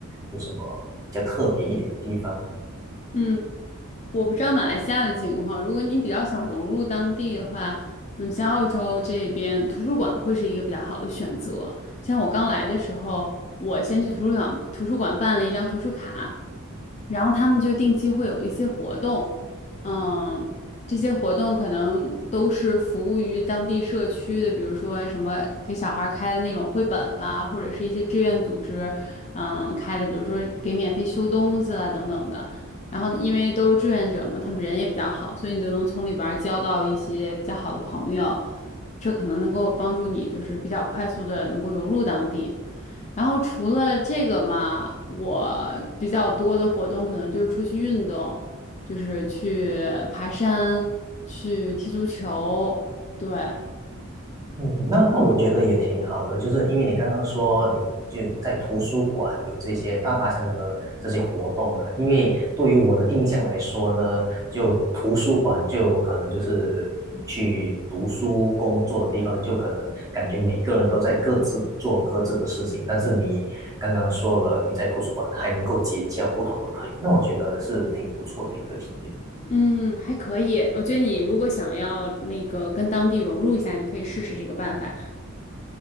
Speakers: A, on the right (about 15°); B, on the left (about 30°).
A: 有什么比较特别一点的地方？
B: 嗯。我不知道马来西亚的情况，如果你比较想融入当地的话，嗯，像澳洲这边图书馆会是一个比较好的选择。像我刚来的时候，我先去图书馆图书馆办了一张图书卡，然后他们就定期会有一些活动，嗯，这些活动可能都是服务于当地社区的，比如说什么给小孩儿开的那种绘本啦，或者是一些志愿组织，嗯，开的，比如说给免费修东西啦等等的。然后因为都是志愿者嘛，他们人也比较好，所以你就能从里边儿交到一些比较好的朋友，这可能能够帮助你就是比较快速的能够融入当地。然后除了这个嘛，我比较多的活动可能就是出去运动，就是去爬山，去踢足球，对。
A: 嗯，那那我觉得也挺好的，就是因为你刚刚说你就在图书馆有这些大大小小的这些活动嘛，因为对于我的印象来说呢，就图书馆就可能就是嗯去读书工作的地方，就可能感觉每个人都在各自做各自的事情，但是你刚刚说了你在图书馆还能够结交不同的朋友，那我觉得是挺不错的一个体验。
B: 嗯，还可以。我觉得你如果想要那个跟当地融入一下，你可以试试这个办法。